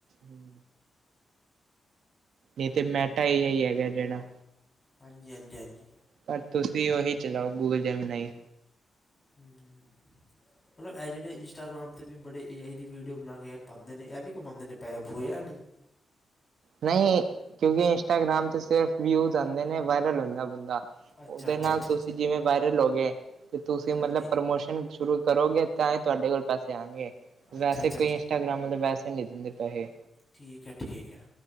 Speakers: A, on the right; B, on the left.
A: ਹਮ ਨਹੀਂ ਤੇ ਮੈਂਟ ਆਈ ਹੈਗਾ ਜਿਹੜਾ
B: ਹਾਂਜੀ- ਹਾਂਜੀ- ਹਾਂਜੀ।
A: ਪਰ ਤੁਸੀਂ ਉਹੀ ਚਲਾਓ ਗੂਗਲ ਜੈਮਨਾਈ।
B: ਹਮ -ਹਮ -ਹਮ। ਮਤਲਬ ਇਹ ਜਿਹੜੇ ਇੰਸਟਾਗ੍ਰਾਮ 'ਤੇ ਵੀ ਬੜੇ ਏ ਆਈ ਦੀ ਵੀਡੀਓ ਬਣਾ ਕੇ ਪਾਉਂਦੇ ਨੇ ਇਹ ਵੀ ਕਮਾਉਂਦੇ ਨੇ ਪੈਸ ਪੂਏਆ ਨਹੀਂ
A: ਨਹੀਂ ਕਿਉਂਕਿ ਇੰਸਟਾਗ੍ਰਾਮ ਤੇ ਸਿਰਫ ਵਿਊਜ਼ ਆਉਂਦੇ ਨੇ ਵਾਇਰਲ ਹੁੰਦਾ ਬੰਦਾ
B: ਅੱਛਾ
A: ਉਹਦੇ
B: ਅੱਛਾ
A: ਨਾਲ
B: ਅੱਛਾ ਅੱਛਾ
A: ਤੁਸੀਂ ਜਿਵੇਂ ਵਾਇਰਲ ਹੋ ਗਏ ਤੇ ਤੁਸੀਂ
B: ਹਾਂਜੀ
A: ਮਤਲਬ ਪ੍ਰਮੋਸ਼ਨ ਸ਼ੁਰੂ ਕਰੋਗੇ ਤਾਂਏ ਤੁਹਾਡੇ ਕੋਲ ਪੈਸੇ ਆਉਣਗੇ‌‌।
B: ਅੱਛਾ
A: ਵੈਸੇ
B: ਅੱਛਾ
A: ਕੋਈ
B: ਅੱਛਾ
A: ਇੰਸਟਾਗ੍ਰਾਮ ਮਤਲਬ ਵੈਸੇ ਨਹੀਂ ਦਿੰਦੇ ਪੈਸੇ
B: ਠੀਕ ਹੈ, ਠੀਕ ਹੈ